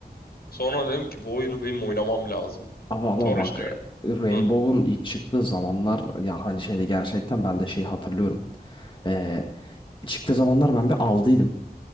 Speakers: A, on the left; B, on the left.
A: Sonra dedim ki bu oyunu benim oynamam lazım.
B: Abi ama
A: Sonra
B: bak
A: işte
B: Rainbow'un
A: hı,
B: ilk çıktığı zamanlar ya hani şeyde gerçekten ben de şeyi hatırlıyorum. Ee, çıktığı zamanlar ben bir aldıydım.